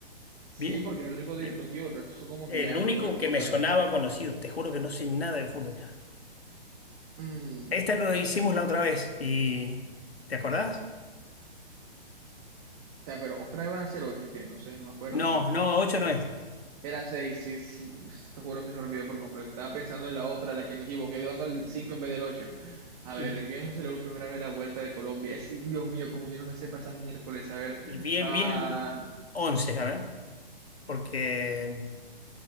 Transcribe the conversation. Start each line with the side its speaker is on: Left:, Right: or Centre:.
Right: Sí,
Left: Bien.
Right: porque es el único diminutivo,
Left: bien.
Right: el resto son como
Left: El
Right: que ya
Left: único
Right: nombres como
Left: que me
Right: tal.
Left: sonaba conocido, te juro que no sé nada de fútbol.
Right: Mm,
Left: Esta lo hicimos la otra vez y... ¿Te acordás?
Right: ta, pero otra vez van a ser ocho, que no sé, no me acuerdo.
Left: No, no, ocho no es.
Right: Era seis, sí, sí, <laughs> te juro que se me olvidó por completo. Estaba pensando en la otra, la que me equivoqué, dando el cinco en vez del ocho. A
Left: Y,
Right: ver, ¿en qué se celebró por primera vez la Vuelta de Colombia? Es, Dios mío, como yo no me sé pasar miércoles, a ver.
Left: y bien,
Right: Ah,
Left: bien, once, a ver, porque...